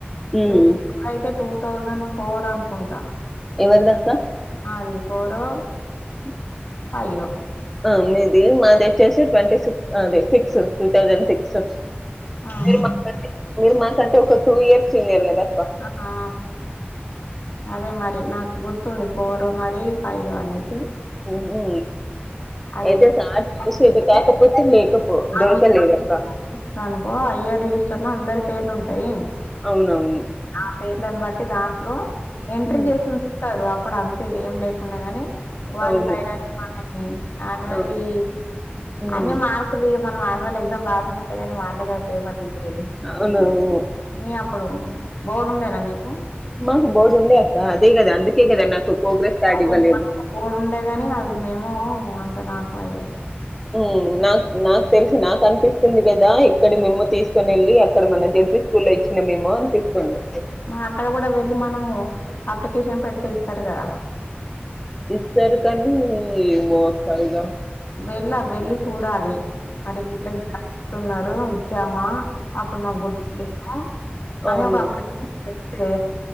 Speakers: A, in the centre; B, on the left.
A: హ్మ్
B: చూ అయితే టూ థౌజండ్ ఫోర్ అనుకుంటా
A: ఎవరిదక్క
B: నాది ఫోరో
A: అవున
B: అయ్యో
A: మ్మ్ మీది మాది వచ్చేసి ట్వంటీ సిక్స్ అదే six two thousand six so
B: ఆహా
A: మీరు మా కంటే మీరు మా కంటే ఒక టూ ఇయర్స్ సీనియర్ కదా అక్క
B: ఆ అదే మా నాకు గుర్తుంది ఫోరో మరి ఫైవ్ అనేది
A: ఉ ఊ
B: అది
A: అయితే సార్
B: అది
A: చూసేది
B: చూస్తే
A: కాకపోతే మేకపు
B: ఆ
A: దొరకలేదిక
B: ఇయర్ అనుకో ఐ ఆర్ రిజిస్టర్ లో అందరి పేర్లు ఉంటయి.
A: అవునవును
B: ఆ పేర్లను బట్టి దాంట్లో ఎంట్రీ
A: హ్మ్
B: చేసి ఉంచుతారు అప్పుడు అంత ఇదేం లేదు ఉండేగని క్వాలిఫైడ్
A: అవును
B: అని అన్ని అన్యువల్లీ
A: అవును ఉమ్.
B: అన్ని మార్కులు ఇగ మనం ఆన్యువల్ ఎగ్జామ్ రాస్ న్నట్టే గని వాళ్ళే కదా పేపర్ దిద్దేది,
A: అవునవును
B: మీ అప్పుడు బోర్డు ఉండేనా మీకు
A: మాకు బోర్డు ఉండే అక్క, అదే కదా అందుకే కదా నాకు ప్రోగ్రెస్ కార్డ్
B: అదేం
A: ఇవ్వలేదు
B: మా బోడు ఉండేగాని అది మేమో అంత నాకు ఐడియా లేదు.
A: ఊ నాకు నాకు తెలిసి నాకు అనిపిస్తుంది కదా, ఇక్కడి మెమో తీస్ కొనెళ్లి అక్కడ మన జడ్ పి స్కూల్లో ఇచ్చినమేమో అనిపిస్తుంది.
B: మా అక్కడ కూడా వెళ్ళి మనము అప్లికేషన్ పెట్టి ఇస్తారు కదా.
A: ఇస్తరు కనీ ఊక ఇద.
B: వెళ్ళ వెళ్ళి చూడాలి. మరి గిట్ల గిట్లా అంటూన్నారు ఇచ్చామా అప్పుడు మాక్ గుర్తులేదు.
A: అవును
B: అని ఒక అప్లికేషన్ పెడితే